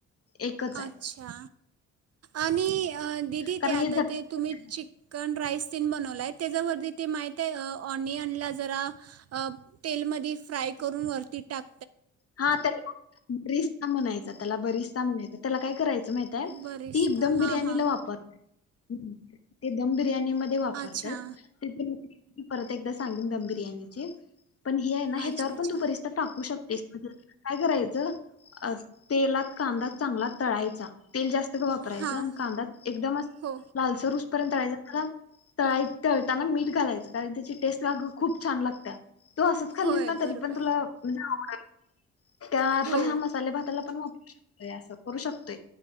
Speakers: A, on the left; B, on the right.
A: एकच आहे
B: अच्छा आणि अ दिदी
A: कारण
B: ते
A: हे
B: आता
A: झटपट
B: ते तुम्ही चीक्कन राइस तीन बनवलाय त्याजावरती ते माहित ये अ ऑनियनला जरा तेलमध्ये फ्राय करून वरती टाक
A: हा त्या ती बरीस्ता म्हणायचा, त्याला बरीस्ता म्हणायचा त्याला काय करायचं, माहित आहे
B: बरिस्ता
A: एकदम
B: हां
A: बिर्याणीला
B: हां
A: वापर ते दम बिर्याणी बिर्याणी मध्ये वापरतात
B: अच्छा
A: मी परत एकदा सांगीन दम बिर्याणीची पण हे आहे ना, ह्याच्यावर
B: अच्छा अच्छा
A: पण तू बरीस्ता टाकू शकतेस काय करायचं तेलात कांदा चांगला तळायचा तेल जास्त वापरायच
B: हां
A: आणि कांदा एकदम असा
B: हो
A: लालसर होऊ पर्यंत तळायच तळाय तळताना मीठ घालायचं, कारण त्याची टेस्ट ला ग खूप छान लागत्या. तू असंच खालीस
B: होय
A: ना तरी
B: बरोबर
A: पण तुला म्हणजे आवडेल त्या आपण
B: हो
A: ह्या मसाले भाताला पण वाप असं करू शकतोय